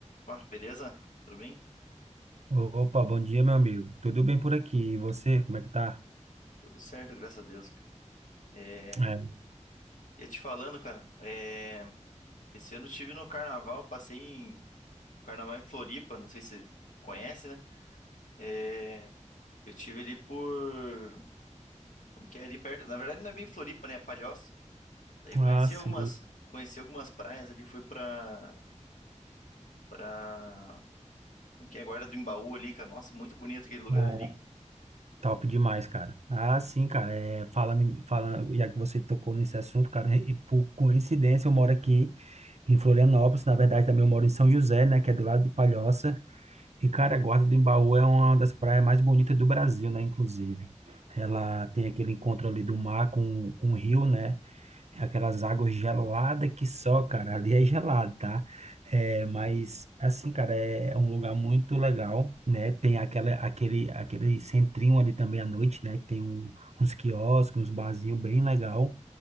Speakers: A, on the left; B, on the right.
A: Pá, beleza? Tudo bem?
B: Opa, bom dia, meu amigo. Tudo bem por aqui? E você, como é que tá?
A: Tudo certo, graças a Deus. É,
B: É.
A: ia te falando, cara, é, esse ano eu estive no carnaval, passei em carnaval em Floripa, não sei se você conhece, né? É, eu tive ali por, como que é, ali perto, na verdade não é bem Floripa, né, é Palhoça. Daí eu
B: Ah,
A: conheci
B: sim.
A: algumas, conheci algumas praias ali, fui pra, pra, como que é, Guarda do Embaú ali, cara, nossa, muito bonito aquele lugar
B: Ah,
A: ali.
B: top demais, cara. Ah, sim, cara. É, falando, em- falando, já que você tocou nesse assunto, cara, e por coincidência eu moro aqui em Florianópolis. Na verdade, também eu moro em São José, né, que é do lado de Palhoça. E, cara, a Guarda do Embaú é uma das praias mais bonitas do Brasil, né, inclusive. Ela tem aquele encontro ali do mar com, com o rio, né? É aquelas águas geladas que só, cara, ali é gelado, tá? É, mas, assim, cara, é é um lugar muito legal, né? Tem aquela, aquele, aquele centrinho ali também à noite, né? Que tem um, uns quiosques, uns barzinhos bem legal.